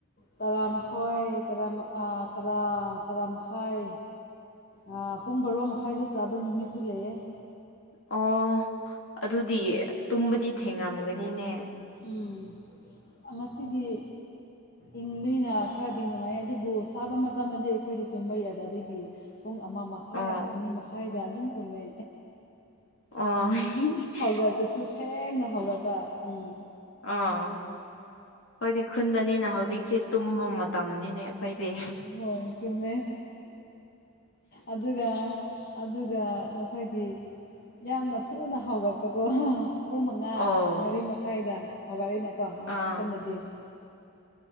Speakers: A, on the left; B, on the left.
A: ꯇꯔꯥꯃꯈꯣꯏ ꯇꯔꯥꯝ ꯑꯥ ꯇꯔꯥ ꯇꯔꯥꯃꯈꯥꯏ ꯑ ꯄꯨꯡ ꯕꯔꯣ ꯃꯈꯥꯏꯗ ꯆꯥꯕ ꯅꯨꯃꯤꯠꯁꯨ ꯂꯩꯑꯦ꯫
B: ꯑꯣ ꯑꯗꯨꯗꯤ ꯇꯨꯝꯕꯗꯤ ꯊꯦꯡꯔꯝꯒꯅꯤꯅꯦ꯫
A: ꯎꯝ ꯉꯁꯤꯗꯤ ꯏꯪꯕꯅꯤꯅ ꯈꯔꯗꯤ ꯅꯨꯡꯉꯥꯏ ꯑꯗꯨꯕꯨ ꯁꯥꯕ ꯃꯇꯝꯗꯗꯤ ꯑꯩꯈꯣꯏꯗꯤ ꯇꯨꯝꯕ ꯌꯥꯗꯕꯒꯤ ꯄꯨꯡ ꯑꯃ ꯃꯈꯥꯏ
B: ꯑꯣ
A: ꯑꯅꯤ ꯃꯈꯥꯏꯗ ꯑꯗꯨꯝ ꯇꯨꯝꯃꯦ꯫
B: ꯑꯣ ꯑꯩꯈꯣꯏꯗꯤ
A: ꯍꯧꯒꯠꯛꯄꯁꯨ ꯊꯦꯡꯅ ꯍꯧꯒꯠꯄ ꯎꯝ꯫
B: ꯑꯥ ꯑꯩꯈꯣꯏꯗꯤ ꯈꯨꯟꯗꯅꯤꯅ ꯍꯧꯖꯤꯛꯁꯦ ꯇꯨꯝꯕ ꯃꯇꯝꯅꯤꯅꯦ ꯑꯩꯈꯣꯏꯗꯤ꯫
A: ꯍꯣꯏ ꯆꯨꯝꯃꯦ ꯑꯗꯨꯒ ꯑꯗꯨꯒ ꯅꯈꯣꯏꯗꯤ ꯌꯥꯝꯅ ꯊꯨꯅ ꯍꯥꯎꯒꯠꯄꯀꯣ꯫ ꯄꯨꯡ ꯃꯉꯥ
B: ꯑꯣ
A: ꯃꯔꯤ ꯃꯈꯥꯏꯗ ꯍꯧꯒꯠꯂꯤꯅꯀꯣ
B: ꯑꯥ
A: ꯈꯨꯟꯗꯗꯤ꯫